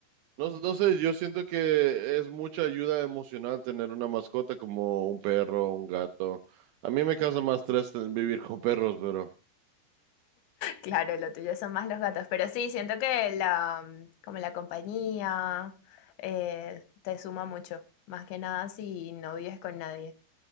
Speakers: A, on the right (about 80°); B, on the left (about 85°).
A: No, no sé, yo siento que es mucha ayuda emocional tener una mascota como un perro, un gato. A mí me causa más estrés ten- vivir con perros, pero...
B: Claro, lo tuyo son más los gatos, pero sí, siento que la, mm, como la compañía eh, te suma mucho, más que nada si no vives con nadie.